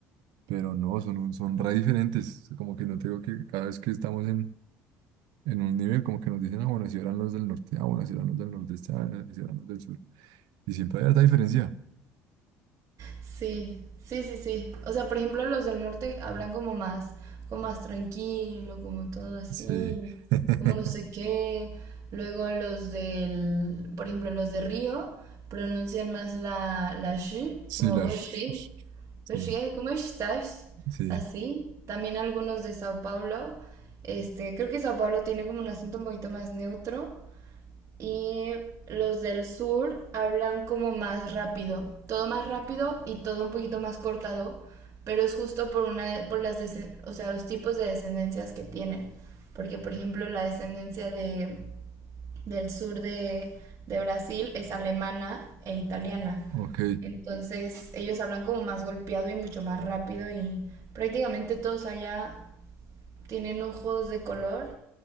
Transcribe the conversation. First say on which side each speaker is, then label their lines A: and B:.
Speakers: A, on the right (about 65°); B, on the right (about 45°).
A: pero no, son, un- son re diferentes. Como que no tengo que cada vez que estamos en, en un nivel, como que nos dicen, ah, bueno, así eran los del norte, ah, bueno, así eran los del nordeste, ah, así eran los del sur. Y siempre hay esta diferencia.
B: Sí, sí, sí, sí. O sea, por ejemplo, los del norte hablan como más, como más tranquilo, como todo así,
A: Sí. <laughs>
B: como no sé qué. Luego los del, por ejemplo, los de Río pronuncian más la, la sh,
A: Sí,
B: como
A: las.
B: vos sí. Vos
A: Sí,
B: sí, ¿cómo estás?
A: sí.
B: Así. También algunos de Sao Paulo. Este, creo que Sao Paulo tiene como un acento un poquito más neutro y los del sur hablan como más rápido, todo más rápido y todo un poquito más cortado, pero es justo por una por las o sea, los tipos de descendencias que tienen, porque por ejemplo la descendencia de del sur de de Brasil es alemana e italiana.
A: Ok.
B: Entonces, ellos hablan como más golpeado y mucho más rápido y prácticamente todos allá tienen ojos de color,